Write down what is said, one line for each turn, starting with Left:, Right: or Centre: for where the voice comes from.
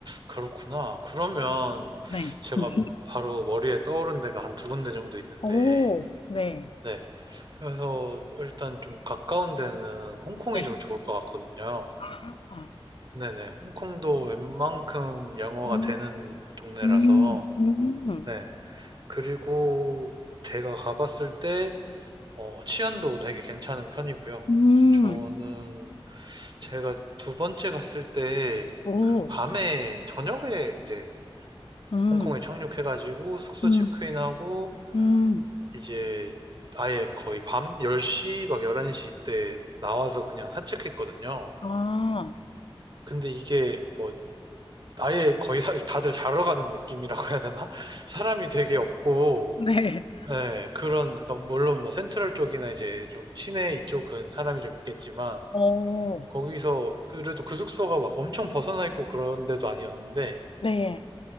Right: 그렇구나. 그러면
Left: 네.
Right: 제가
Left: <laughs>
Right: 바로 머리에 떠오른 데가 한 두 군데 정도 있는데,
Left: 오, 네.
Right: 네. 그래서 일단 좀 가까운 데는 홍콩이
Left: 네.
Right: 좀 좋을 것 같거든요.
Left: 아,
Right: 네네. 홍콩도 웬만큼 영어가
Left: 음,
Right: 되는 동네라서,
Left: 음, 음,
Right: 네. 그리고 제가 가봤을 때, 어, 치안도 되게 괜찮은 편이고요.
Left: 음,
Right: 저는 제가 두 번째 갔을 때,
Left: 오,
Right: 그 밤에, 저녁에 이제
Left: 음,
Right: 홍콩에 착륙해가지고 숙소
Left: 음,
Right: 체크인하고,
Left: 음,
Right: 이제 아예 거의 밤 10시 막 11시 때 나와서 그냥 산책했거든요.
Left: 아,
Right: 근데 이게 뭐 아예 거의 사- 다들 자러 가는 느낌이라고 해야 되나? <laughs> 사람이 되게 없고
Left: 네.
Right: 예, 그런 그러니까 물론 뭐 센트럴 쪽이나 이제 좀 시내 이쪽은 사람이 좀 있겠지만
Left: 오,
Right: 거기서 그래도 그 숙소가 막 엄청 벗어나 있고 그런 데도 아니었는데
Left: 네.